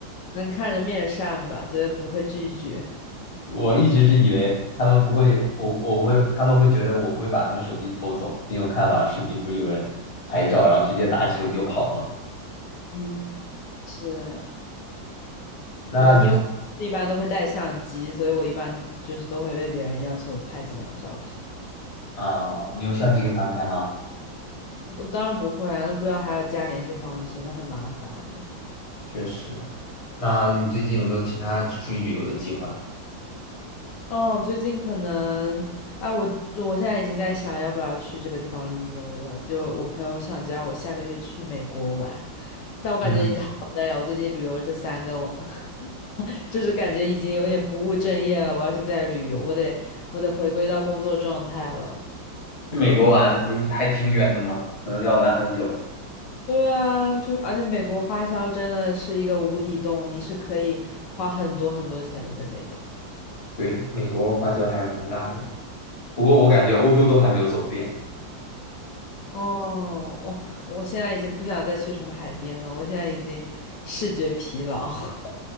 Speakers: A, on the left; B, on the left.
A: 能看着面善吧，觉得不会拒绝。
B: 我一直是以为他们不会，我我不会，他们会觉得我不会把他们手机偷走，因为我看网上视频不是有人拍照，然后直接拿起手机就跑嘛。
A: 嗯，是
B: 那你
A: 我，因为一般都会带相机，所以我一般就是都会被别人要求拍几张照片。
B: 啊，你用相机跟他们拍吗？
A: 我当然不会啊，那不要还要加联系方式，那很麻烦哎。
B: 确实。那你最近有没有其他出去旅游的计划？
A: 哦，最近可能，啊，我我现在已经在想要不要去这个地方旅游了。就我朋友想叫我下个月去美国玩，但我感觉已经好
B: 嗯，
A: <laughs> 累啊。我最近旅游这三个，我 <laughs> 就是感觉已经有点不务正业了。我要是在旅游，我得我得回归到工作状态了。
B: 去美国玩不是还挺远的吗？可能要玩很久。
A: 对啊，就而且美国花销真的是一个无底洞，你是可以花很多很多钱的在那边。
B: 对，美国花销还蛮大的，不过我感觉欧洲都还没有走遍。
A: 哦，我我现在已经不想再去什么海边了，我现在已经视觉疲劳。<laughs>